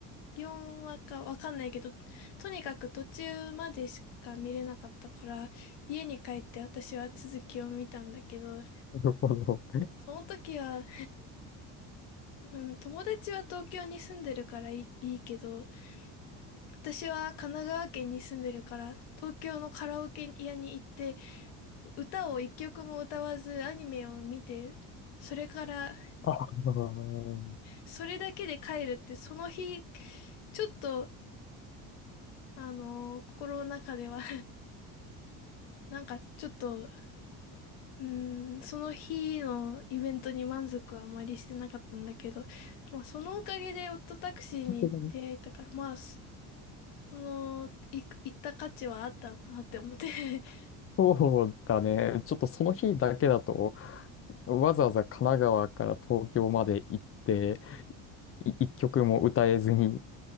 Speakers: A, on the left; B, on the left.
A: 4話かわかんないけど、とにかく途中までしか見れなかったから、家に帰って私は続きを見たんだけど、
B: なるほど。
A: その時はうん友達は東京に住んでるからいい、いいけど、私は神奈川県に住んでるから、東京のカラオケ屋に行って、歌を一曲も歌わずアニメを見て、それから、
B: ああ、<laughs>
A: それだけで帰るって、その日、ちょっと、あのー心の中では <laughs> なんかちょっと、うん、その日のイベントに満足はあまりしてなかったんだけど、まあそのおかげでオットタクシーに出会えたから、
B: さすがに
A: まあ、その、い行った価値はあったなって思って <laughs>
B: そうだね。ちょっとその日だけだと、わざわざ神奈川から東京まで行って、い一曲も歌えずに、